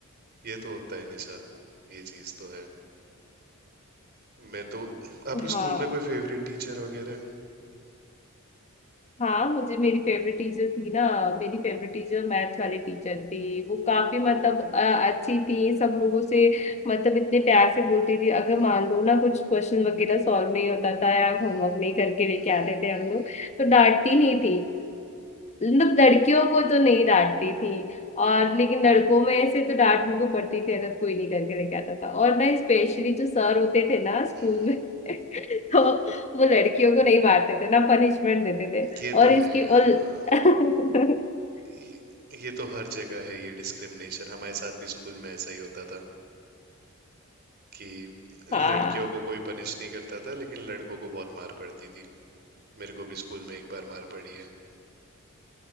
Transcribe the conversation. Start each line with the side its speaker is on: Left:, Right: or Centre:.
Right: ये तो होता है निशा ये चीज़ तो है मैं तो आपके
Left: हाँ
Right: स्कूल में कोई फेवरेट टीचर वगैरह
Left: हाँ मुझे मेरी फेवरेट टीचर थी ना मेरी फेवरेट टीचर मैथ वाली टीचर थी वो काफी मतलब अ, अच्छी थी सब लोगों से मतलब इतने प्यार से बोलती थी अगर
Right: हम्म
Left: मान लो ना कुछ क्वेश्चन वगैरह सॉल्व नहीं होता था या होमवर्क
Right: हम्म
Left: नहीं करके लेके
Right: हम्म
Left: आते थे
Right: हम्म,
Left: हम लोग तो डांटती नहीं थी मतलब लड़कियों को तो नहीं डांटती थी और लेकिन लड़कों में ऐसे तो डांट उनको पड़ती थी अगर कोई नहीं करके लेके आता था और ना स्पेशली जो सर होते थे ना स्कूल
Right: हम्म,
Left: में <laughs> तो
Right: हम्म।
Left: वो लड़कियों को नहीं मारते थे ना पनिशमेंट देते थे
Right: ये
Left: और
Right: तो है
Left: इसकी और
Right: हाँ
Left: <laughs>
Right: ये, ये तो हर जगह है ये डिस्क्रिमिनेशन हमारे साथ भी स्कूल में ऐसा ही होता था कि
Left: हाँ
Right: लड़कियों को कोई पनिश नहीं करता था लेकिन लड़कों को बहुत मार पड़ती थी मेरे को भी स्कूल में एक बार मार पड़ी है